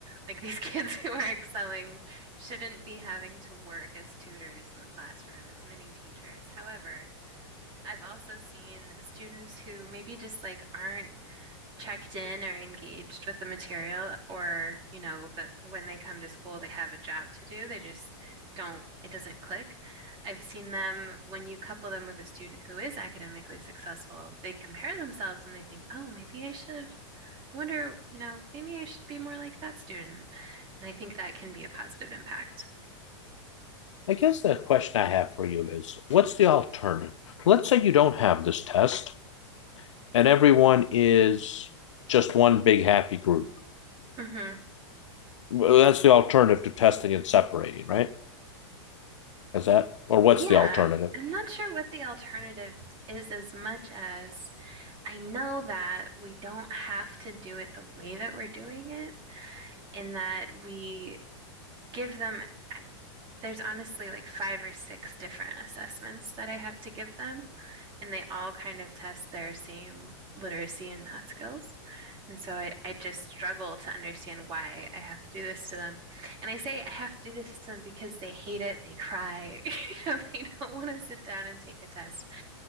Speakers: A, on the right; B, on the left.
A: Like these <laughs> kids who are excelling shouldn't be having to work as tutors in the classroom, as mini teachers. However, I've also seen students who maybe just like aren't checked in or engaged with the material or you know that when they come to school they have a job to do they just don't it doesn't click i've seen them when you couple them with a student who is academically successful they compare themselves and they think oh maybe i should I wonder you know maybe i should be more like that student and i think that can be a positive impact
B: I guess the question I have for you is, what's the alternative? Let's say you don't have this test, and everyone is just one big happy group.
A: mm-hmm.
B: Well, That's the alternative to testing and separating, right? Is that or what's
A: yeah
B: the alternative?
A: i'm not sure what the alternative is as much as I know that we don't have to do it the way that we're doing it, in that we give them, there's honestly like five or six different assessments that I have to give them, and they all kind of test their same literacy and math skills. And so I, I just struggle to understand why I have to do this to them. And I say I have to do this to them because they hate it, they cry, <laughs> you know, they don't want to sit down and take a test.